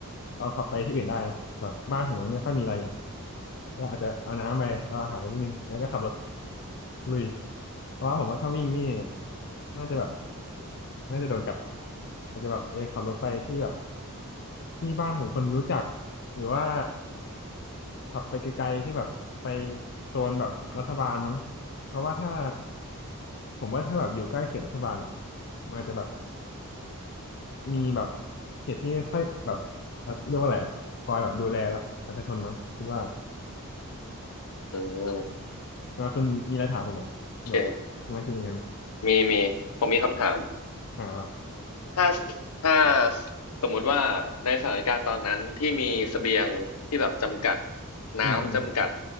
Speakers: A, on the left; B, on the left.
A: เอาขับไปที่อื่นได้นะแบบบ้านผมมันไม่ค่อยมีอะไรอย่างก็อาจจะเอาน้ำไปเอาอาหารไปนิดนึงแล้วก็ขับรถลุยเพราะว่าผมว่าถ้าวิ่งนี่น่าจะแบบน่าจะโดนกัดอาจจะแบบเออขับรถไปที่แบบที่บ้านของคนรู้จักหรือว่าขับไปไกลๆที่แบบไปโซนแบบรัฐบาลมั้งเพราะว่าถ้าผมว่าถ้าแบบอยู่ใกล้เขตรัฐบาลอะมันอาจจะแบบ มีแบบเขตที่ค่อยแบบเรียกว่าอะไรอะคอยแบบดูแลรัฐประชาชนมั้งคิดว่า
B: อืม
A: เออคุณมีอะไรถามผมไหมแบบทำไมคุณเป็นอย่างนั้น
B: โอเคมีมีผมมีคำถาม
A: อ่าว่า
B: ถ้าถ้าสมมุติว่าในสถานการณ์ตอนนั้นที่มีเสบียงที่แบบจำกัดน้ำจำกัด
A: อืมอืม